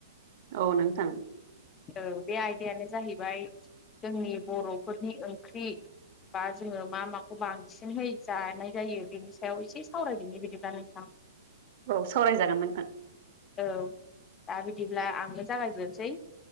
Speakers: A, on the right; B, on the left.
A: औ नोंथां
B: औ बे आयदायानो जाहैबाय। जोंनि बर'फोरनि ओंख्रि बा जोङो मा माखौ बांसिनहै जानाय जायो बिनि सायाव एसे सावरायदोनि बिदिब्ला नोंथां।
A: औ सावरायजागोन नोंथां।
B: औ दा बिदिब्ला आंनो जागायग्रोसै।